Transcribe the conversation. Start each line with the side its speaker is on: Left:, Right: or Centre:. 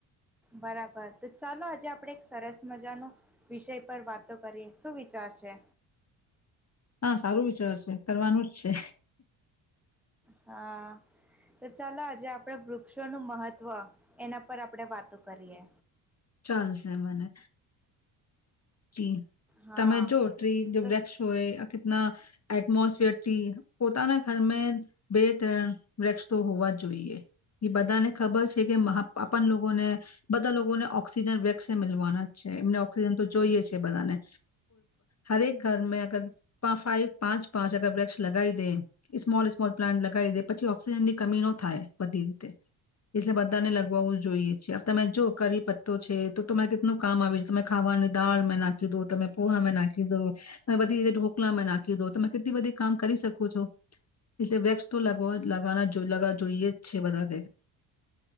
Centre: બરાબર તો ચાલો આજે આપડે એક સરસ મજાનો વિષય પર વાતો કરીએ શું વિચાર છે.
Left: હા સારું વિચાર છે કરવાનું જ છે
Centre: હા. તો ચાલ આજે આપડે. વક્ષો નું મહત્વ એના પર આપણે વાતો કરીએ.
Left: ચાશે મને. જી.
Centre: હા
Left: તમે જો ટ્રી જો
Centre: તો
Left: વૃક્ષ હોય કેતના એટમોસફિયર ટ્રી પોતાના ઘરમાં. બે ત્રણ વૃક્ષ તો હોવા જ જોઈએ એ બધાને ખબર છે કેપન લોકોને બધા લોકોને ઓક્સિજન વૃક્ષ મલવાના જ છે એમને ઓક્સિજન તો. જોઈએ છે બધાને હરેક ઘર અગર ફાઈવ પાંચ પાંચ અગર વૃક્ષ લગાવી દે સ્મોલ સ્મોલ પ્લાન્ટ લગાવી દે પછી ઓક્સિજન ની કમી નો થાય બધી રીતે એટલે બધાને લગાવવું જોઈએ છેીએ તમે જો કરી પત્તો છે તો તરે કેટલું કામ આવ તમે ખાવાનું. દાળ માં નાખી દો, તમે પોહા માં નાખી દો, તમે બધી રીતે ઢોકલા માં નાખી દો. તમે કેટલી બધી કામ કરી શકો છો એટલે વેક્સ તો લ લવાના લગ જોઈએ જ છે બધા